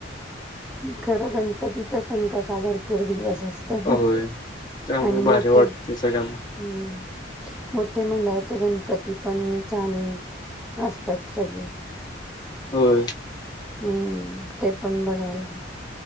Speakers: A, in the centre; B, on the left.
A: खर घण पतीचा सण कसा भरपूर दिवस असतो
B: होय त्यामुळे
A: आणि
B: भारी
A: मोठे
B: वाटते
A: हम्म
B: सगळ्यांना
A: मोठे मंडळाचे गणपती पण छान असतात सगळे
B: होय
A: हम्म ते पण बघायला ह